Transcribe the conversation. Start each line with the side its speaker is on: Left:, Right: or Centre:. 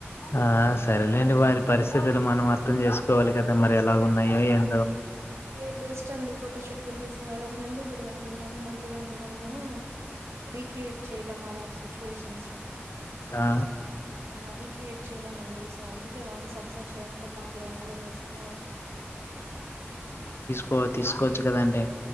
Left: ఆ సరేలేండి వారి పరిస్థితులు మనం అర్థం చేసుకోవాలి కదా మరి ఎలాగ ఉన్నాయో ఏంటో
Right: మీరు బెస్ట్ అండి ఫోటోషూట్ కూడా తీసుకునే అది ఒక మెమరబుల్ అండి మళ్ళీ మళ్ళీ దాని మనము ఆ రీక్రియేట్ చేయలేము అలాంటి సిచ్యువేషన్స్ ని
Left: ఆ
Right: ఆ రీక్రియేట్ చేయలేమండి బావుంది కే వన్స్ ఒకసారి చేయాలంటే బాగా గ్రాండ్ గా చేసుకోవాలి
Left: కో తీసుకోవచ్చు కదండీ